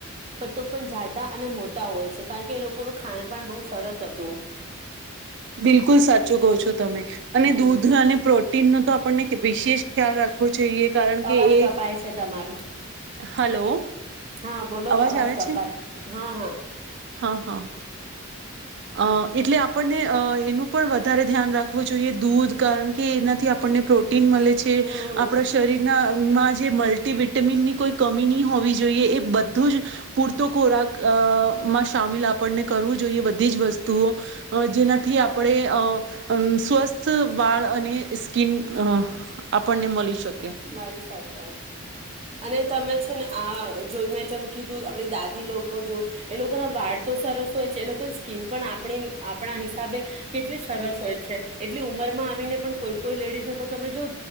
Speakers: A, on the right; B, on the right.
A: પણ તો પણ જાડા અને મોટા હોય છે કારણ કે એ લોકોનું ખાણપાણ બહુ સરસ હતું.
B: બિલકુલ સાચું કહો છો તમે અને
A: હમ
B: દૂધ અને પ્રો તીન ન તો આપણને. વિશેષ ખ્યાલ રાખવો જોઈએ, કારણ કે
A: અવાજ
B: એ
A: કપાય છે તમારું
B: <unintelligible> હલો
A: હા બોલો
B: અવાજ આવે
A: કપાય
B: છે
A: હા હા
B: હા હા. અ એટલે આપણને. અહ એનું પણ વધારે ધ્યાન રાખવું જોઈએ દૂધ કારણ કે એનાથી આપને પ્રો ટીન મળે છે.
A: હમ
B: આપણા શરીરના અંગમાં જે મલ્ટી તે મીની કોઈ કમી નહીં હોવી જોઈએ એ બધ બધુ જ પૂરતો ખોરાક અ માં સામેલ આપણને કરવું જોઈએ બધ બધી જ વસ્તુઓ અહ જેનાથી આપણે અહ સ્વસ્થ વાળ અને સ્કીન અ આપણને મળી શકે.
A: મારી સાથે. અને તમે છે ને આ જો મેં ચમકીધું આપડી દાદી લોકો જો એ લોકોના વાળ તો સરસ હોય છે એ લોકોની સ્કીન પણ આપણી આપણા હિસાબે કેટલી સરસ હોય છે. એટલી ઉંમરમાં આવીને પણ કોઈ કોઈ લેડીઝને તો તમે જો